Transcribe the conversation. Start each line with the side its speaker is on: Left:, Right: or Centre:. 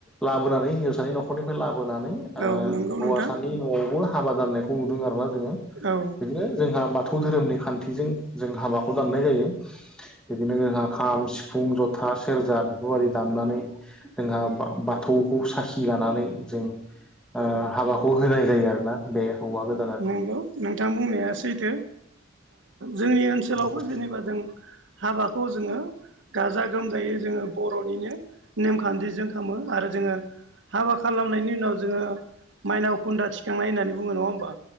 Centre: लाबोनानै हिनजावसानि न'खरनिफ्राय लाबोनानै
Right: औ नंगौ
Centre: हौवासानि
Right: नोंथां
Centre: न'आवबो हाबा दाननायखौ नुदों आरो ना जोङो
Right: औ।
Centre: बिनो जोंहा बाथौ धोरोमनि खान्थिजों जों हाबाखौ दाननाय जायो। बिदिनो जोंहा खाम सिफुं जथा सेरजा बेफोरबायदि दामनानै जोंहा बाथौखौ साखि लानानै जों हाबाखौ होनाय जायो आरो ना बे हौवा गोद
Right: नंगौ नोंथां बुंनाया सैथो। जोंनि ओनसोलावबो
Centre: नंगौ
Right: जेनेबा जों हाबाखौ जोङो गाजा गोमजायै जोङो बर'निनो नेमखान्थिजों खालामो आरो जोङो हाबा खालामनायनि उनाव जोङो माइनाव खुन्दा थिखांनाय होननानै बुङो नङा होमबा?